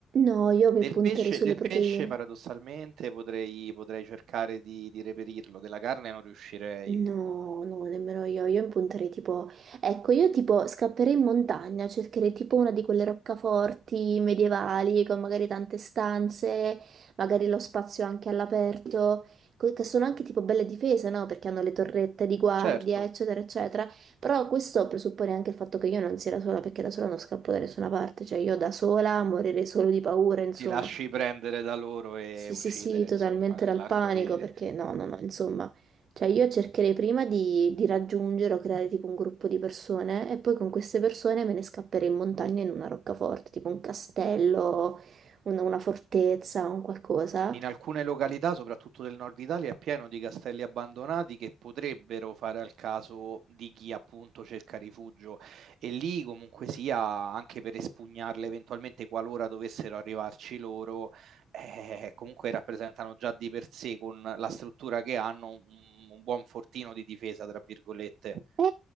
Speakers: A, on the right; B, on the right.
A: No, io mi
B: Del
A: punterei
B: pesce,
A: sulle
B: del
A: proteine.
B: pesce paradossalmente potrei, potrei cercare di, di reperirlo, della carne non riuscirei.
A: No, no, nemmeno io. Io mi punterei tipo... Ecco, io tipo scapperei in montagna, cercherei tipo una di quelle roccaforti medievali con magari tante stanze, magari lo spazio anche all'aperto, co- che sono anche tipo belle difese, no? Perché hanno le torrette di guardia,
B: Certo.
A: eccetera, eccetera. Però questo presuppone anche il fatto che io non sia da sola, perché da sola non scappo da nessuna parte. Cioè, io da sola morirei solo di paura, insomma.
B: ti lasci prendere da loro e
A: Sì,
B: uccidere,
A: sì, sì, totalmente
B: insomma, nell'arco
A: dal panico,
B: di...
A: perché no, no, no, insomma, cioè io cercherei prima di, di raggiungere o creare tipo un gruppo di persone e poi con queste persone me ne scapperei in montagna in una roccaforte, tipo un castello, un- una fortezza, un qualcosa.
B: In alcune località, soprattutto del nord Italia, è pieno di castelli abbandonati che potrebbero fare al caso di chi appunto cerca rifugio e lì comunque sia, anche per espugnarle eventualmente qualora dovessero arrivarci loro, eh, comunque rappresentano già di per sé con la struttura che hanno un, un buon fortino di difesa, tra virgolette.
A: Eh,